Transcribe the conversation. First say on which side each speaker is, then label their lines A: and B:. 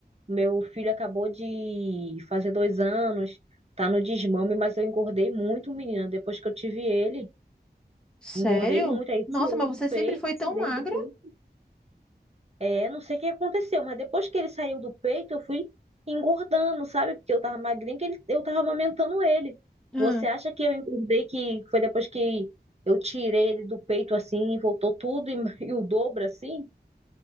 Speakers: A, on the right; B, in the centre.
A: Meu filho acabou de fazer dois anos, tá no desmame, mas eu engordei muito, menina. Depois que eu tive ele,
B: Sério?
A: engordei muito. Aí
B: Nossa,
A: tirei
B: mas
A: do
B: você sempre
A: peito,
B: foi tão
A: tirei
B: magra?
A: do peito. É, não sei o que aconteceu, mas depois que ele saiu do peito, eu fui engordando, sabe? Porque eu tava magrinha, que ele- eu tava amamentando ele.
B: Ah,
A: Você acha que eu engordei que foi depois que eu tirei ele do peito assim, e voltou tudo e, <laughs> e o dobro assim?